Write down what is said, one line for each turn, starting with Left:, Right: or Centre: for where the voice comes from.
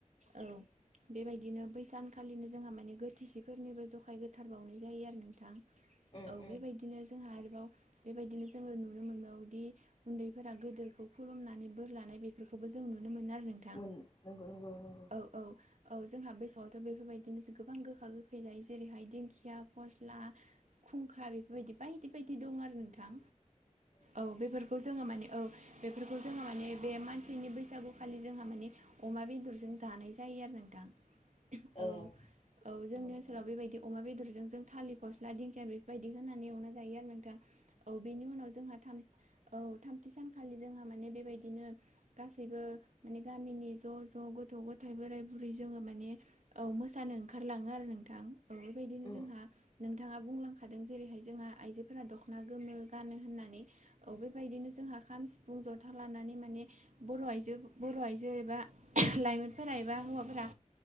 Right: औ बेबायदिनो बै सान खा खालिनो जोंहा माने गोथैसिफोरनिबो जखाय गोथार बावनाय जायो आरो नोंथां
Left: उम
Right: औ बेबायदि बिदिनो जोंहा आरोबाव बेबायदिनो जोङो नुनो मोनबावोदि उन्दैफोरा गोदोरखौ खौ खुलुमनानै बोर लानाय बेफोरखौबो जों नुनो मोनो आरो नों
Left: मोनो नंगौ नंगौ नंगौ
Right: औ औ जोंहा बैसागोआवथ' बेफोरबायदिनो गोबां गोखा गोखै जायो जेरैहाय दिंखिया फर खुंखा बेफोरबायदि बायदि बायदि दं आरो नोंथां औ बे बेखौ जोङो माने औ बेफोरखौ जोङो माने बे मानसिनि बैसागुखालि जोंहा माने अमा बेदरजों जानाय जायो आरो नोंथां
Left: ए उम
Right: औ औ जोंनि ओनसोलाव
Left: उम
Right: बेबायदि अमा बेदरजों जों थालिर फस्ला दिंखिया बेफोरबायदि होनानै एवना जायो आरो नोंथां औ बेनि उनाव जोंहा थाम औ थामथि सानखालि जोंहा माने बेबायदिनो गासैबो माने गामिनि ज' ज' गथ' गथ' थाय बोराय बुरि जोङो माने औ मोसानो ओंखारलाङो आरो नोंथां औ बेबायदिनो
Left: उम
Right: जोंहा नोंथाङा बुंलांखादों जेरैहाय जोंहा आइजोफोरा दख'ना गोमो गानो होननानै औ बेबायदिनो जोंहा खाम सिफुं जथा लानानै माने बर' आइजो बर' आइजो एबा लाइमोनफोरा एबा हौवाफोरा